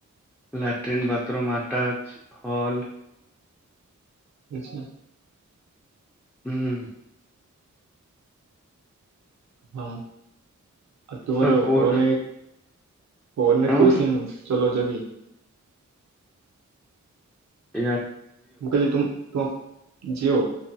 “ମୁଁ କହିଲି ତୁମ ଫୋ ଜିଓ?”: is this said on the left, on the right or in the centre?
Right